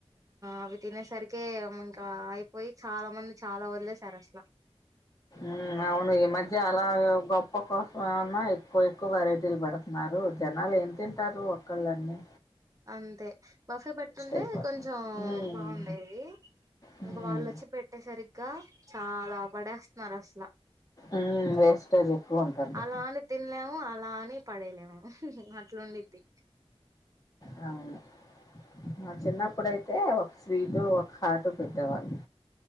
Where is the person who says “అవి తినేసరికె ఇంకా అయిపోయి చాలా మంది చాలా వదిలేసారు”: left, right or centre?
Right